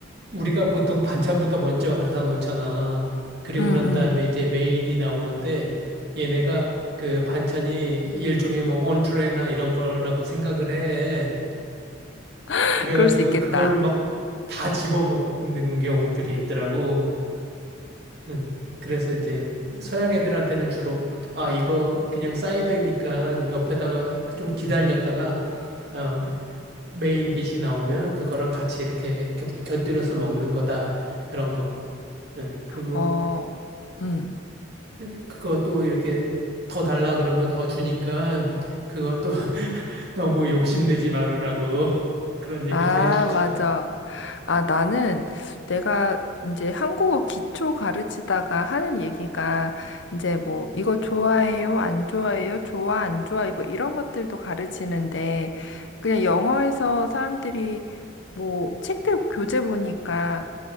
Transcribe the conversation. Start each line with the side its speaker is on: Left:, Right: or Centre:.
Right: 우리가 보통 반찬부터 먼저 갖다 놓잖아. 그리고
Left: 응,
Right: 난
Left: 응.
Right: 다음에 이제 메인이 나오는데, 얘네가 그 반찬이 일종의 뭐, 온트레나 이런 거라고 생각을 해.
Left: <laughs>
Right: 그래가지고
Left: 그럴 수 있겠다.
Right: 그거를 막 다 집어먹는 경우들이 있더라고. 응. 그래서 이제 서양 애들한테는 주로 아 이거 그냥 사이드니까 옆에다가 좀 기다렸다가 어, 메인 디시 나오면 그거랑 같이 이렇게 곁, 곁들여서 먹는 거다 그런 거. 예. 그리고
Left: 어, 응.
Right: 그, 그거 또 이렇게 더 달라 그러면 더 주니까 그거 또 <laughs> 너무 욕심내지 말으라고 <laughs> 그런 얘기도
Left: 아,
Right: 해주지.
Left: 맞아. 아, 나는 내가 이제 한국어 기초 가르치다가 하는 얘기가 이제 뭐 이거 좋아해요? 안 좋아해요? 좋아, 안 좋아해? 뭐 이런 것들도 가르치는데 그냥 영어에서 사람들이 뭐 책들 교재 보니까